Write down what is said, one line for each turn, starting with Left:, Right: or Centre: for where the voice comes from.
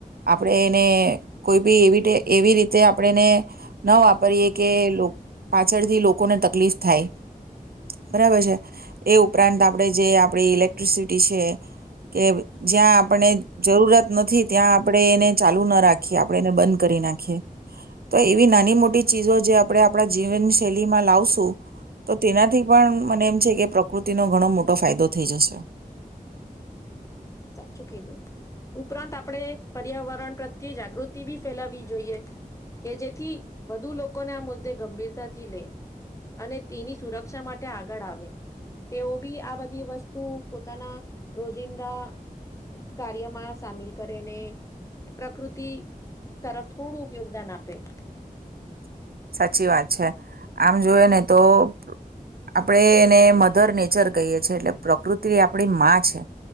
Right: આપણે એને કોઈ બી એવી ટે એવી રીતે આપણે એને ન વાપરીએ કે લોક પાછળથી લોકોને તકલીફ થાય, બરાબર છે. એ ઉપરાંત આપણેે જે આપડી ઇલેક્ટ્રિસિટી છે, કે જ્યાં આપણે જરૂરત નથી ત્યાં આપણે એને ચાલુ ન રાખ ખીએ આપણે એને બંધ કરી નાખીએ. તો એ એવી નાની મોટી ચીજો જે આપણે આપણા જીવનશૈલીમાં લાવશું, તો તેનાથી પણ મને એમ છે કે પ્રકૃતિનો ઘણો મોટો ફાયદો થઈ જશે.
Left: સાચું કીધું ઉપરાંત આપણે પર્યાવરણ પ્રત્યે જાગૃતિ બી ફેલાવી જોઈએ. કે જેથી, વધુ લોકોને આ મુદ્દે ગંભીરતાથી લેય, અને તેની સુરક્ષા માટે આગળ આવે, તેઓ બી આ બધી વસ્તુ પોતાના રોજિંદા કાર્યમાં સામેલ કરેને, પ્રકૃતિ તરફ થોડુંક યોગદાન આપ પે.
Right: સાચી વાત છે. આમ જોયે ને તો આપણે એને મધર નેચર કહીએ છીએ, એટલે પ્રકૃતિ આપણી માં છે,